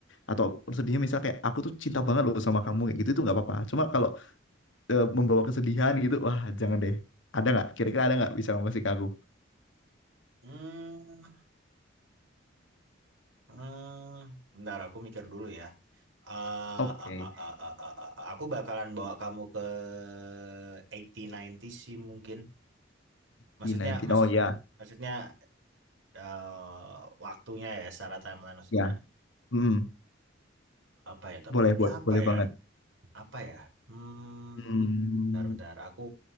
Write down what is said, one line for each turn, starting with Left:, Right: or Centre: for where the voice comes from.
Left: atau sedihnya misal kayak aku tuh cinta banget loh sama kamu kayak gitu itu nggak apa-apa cuma kalau eh, membawa kesedihan gitu wah jangan deh ada nggak kira-kira ada nggak bisa ngasih ke aku
Right: Hmm, hmm, bentar aku mikir dulu ya. Eh,
Left: oke
Right: a- a- a- a- a- a- a- aku bakalan bawa kamu ke 80-90 sih mungkin. Maksudnya,
Left: 19
Right: maksud,
Left: oh ya
Right: maksudnya eh, waktunya ya secara timeline maksudnya
Left: ya Mm-mm.
Right: apa ya? Tapi,
Left: boleh
Right: tapi
Left: boleh
Right: apa
Left: boleh
Right: ya?
Left: banget
Right: Apa ya? Hmm,
Left: Hmm,
Right: bentar, bentar. Aku